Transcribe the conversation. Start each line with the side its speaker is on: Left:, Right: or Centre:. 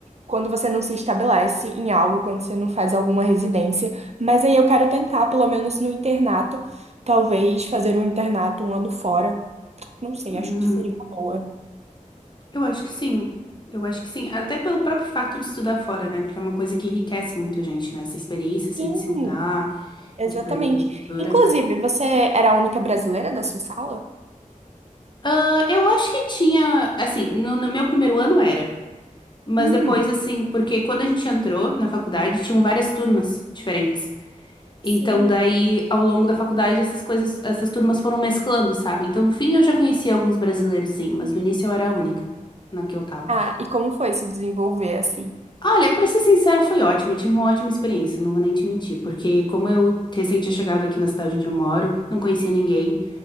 Right: quando você não se estabelece em algo, quando você não faz alguma residência. Mas aí eu quero tentar, pelo menos no internato, talvez fazer um internato um ano fora. Não sei,
Left: uhum.
Right: acho que seria uma boa.
Left: Eu acho que sim. Eu acho que sim. Até pelo próprio facto de estudar fora, né? Porque é uma coisa que enriquece muito a gente, né? Essa experiência, assim,
Right: Sim,
Left: de se mudar,
Right: exatamente.
Left: de aprender outra cultura.
Right: Inclusive, você era a única brasileira da sua sala?
Left: Ah, eu acho que tinha, assim, no no meu primeiro ano era. Mas
Right: Hum,
Left: depois, assim, porque quando a gente entrou na faculdade, tinham várias turmas diferentes.
Right: sim.
Left: Então, daí, ao longo da faculdade, essas coisas, essas turmas foram mesclando, sabe? Então, no fim, eu já conhecia alguns brasileiros, sim, mas no início eu era a única na que eu tava.
Right: Ah, e como foi se desenvolver assim?
Left: Olha, pra ser sincera, foi ótimo. Eu tive uma ótima experiência, não vou nem te mentir, porque como eu recente tinha chegado aqui na cidade onde eu moro, não conhecia ninguém,